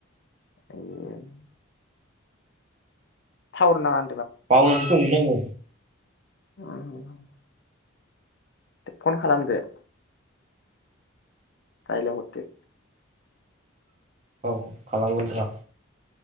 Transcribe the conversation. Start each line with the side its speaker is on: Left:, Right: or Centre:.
Left: ए टाउर नाङा
Right: बावनो दमोन आङो।
Left: ओम दे फन खालामदे। रायलाय हरदो।
Right: औ खालामगोन र'।